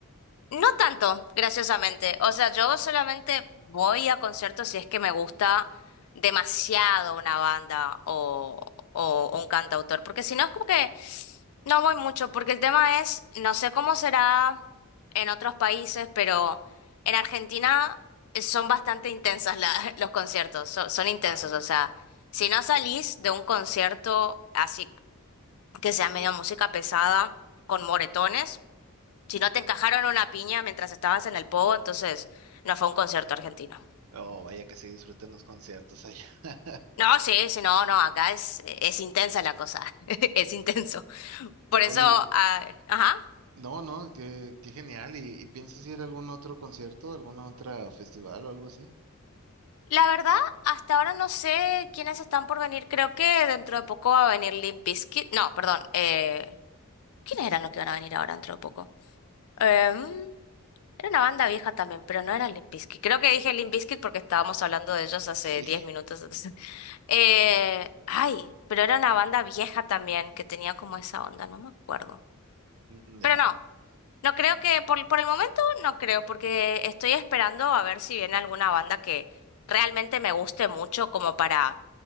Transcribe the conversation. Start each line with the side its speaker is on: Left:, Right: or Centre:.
Left: No tanto, graciosamente. O sea, yo solamente voy a conciertos si es que me gusta demasiado una banda o, o un cantautor, porque si no es como que no voy mucho, porque el tema es, no sé cómo será en otros países, pero en Argentina eh, son bastante intensas la- <laughs> los conciertos, so- son intensos.
Right: Ah,
Left: O sea, si no salís de un concierto así que sea medio música pesada, con moretones. Si no te encajaron una piña mientras estabas en el pogo, entonces no fue un concierto argentino.
Right: oh, vaya que sí disfrutan los conciertos allá. <laughs>
Left: No, sí, sí, no, no, acá es, es intensa la cosa, <laughs> es intenso. Por
Right: Oye,
Left: eso, ah, ajá.
Right: no, no, qué, qué genial. ¿Y, y piensas ir a algún otro concierto, algún otro festival o algo así?
Left: La verdad, hasta ahora no sé quiénes están por venir. Creo que dentro de poco va a venir Limp Bizkit. No, perdón. Eh, ¿quiénes eran los que van a venir ahora dentro de poco? Em, era una banda vieja también, pero no era Limp Bizkit. Creo que dije Limp Bizkit porque estábamos hablando de ellos hace
Right: Sí,
Left: 10 minutos. Eh, ay, pero era una banda vieja también que tenía como esa onda, no me acuerdo.
Right: mm, ya.
Left: Pero no, no creo que, por, por el momento no creo, porque estoy esperando a ver si viene alguna banda que realmente me guste mucho como para